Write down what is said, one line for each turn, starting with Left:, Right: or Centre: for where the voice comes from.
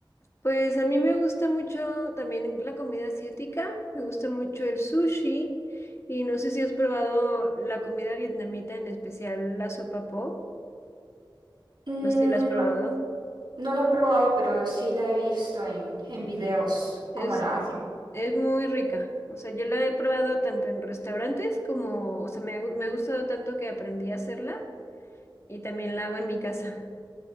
Left: Pues a mí me gusta mucho también la comida asiática, me gusta mucho el sushi y no sé si has probado la comida vietnamita, en especial la sopa po,
Right: Mm,
Left: no sé si la has probado.
Right: No la he probado, pero sí la he visto en, en videos,
Left: Es,
Right: cómo la hacen.
Left: es muy rica, o sea, yo la he probado tanto en restaurantes como, o sea, me ha gu- me ha gustado tanto que aprendí a hacerla y también la hago en mi casa.